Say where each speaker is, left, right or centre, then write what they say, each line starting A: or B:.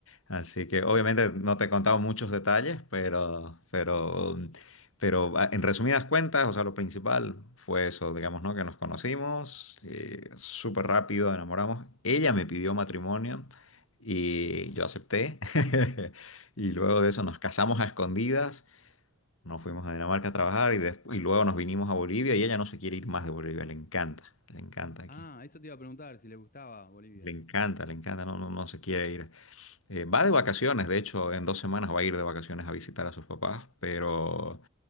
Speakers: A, on the left (about 70°); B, on the left (about 40°).
A: Así que obviamente
B: <laughs>
A: no te he contado muchos detalles, pero, pero, mm, pero a- en resumidas cuentas, o sea, lo principal fue eso, digamos, ¿no? Que nos conocimos, eh, súper rápido enamoramos. Ella me pidió matrimonio y yo acepté. <laughs> Y luego de eso nos casamos a escondidas, nos fuimos a Dinamarca a trabajar y, despu- y luego nos vinimos a Bolivia y ella no se quiere ir más de Bolivia, le encanta, le encanta aquí.
B: Ah, eso te iba a preguntar si le gustaba Bolivia.
A: Le encanta, le encanta, no, no, no se quiere ir. Eh, va de vacaciones, de hecho, en dos semanas va a ir de vacaciones a visitar a sus papás, pero,